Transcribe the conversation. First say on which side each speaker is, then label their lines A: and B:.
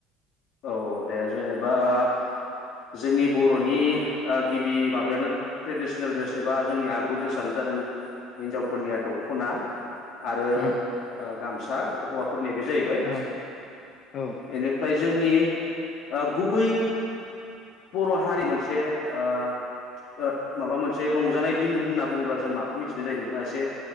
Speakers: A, on the left (about 65°); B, on the left (about 45°).
A: औ -औ -दे जेनेबा। बा जोंनि बर'नि ओ। गिबि माबायानो ट्रेडिसनेल ड्रेस एबा जोंनि आगु दड्रेसानो जादों हिनजावफोरनिया द खना आरो
B: उम
A: ओ। गामसा हौवा। फोरनिया बे जाहैबाय।
B: औ औ
A: एनिफ्राय जोंनि। ओ गुबै। बर' हारि मोनसे ओ- ओ- माबा मोनसे रंजानाय दिन होनना बुङोब्ला जों माखौ मिथिनाय जायो? नोंथाङा एसे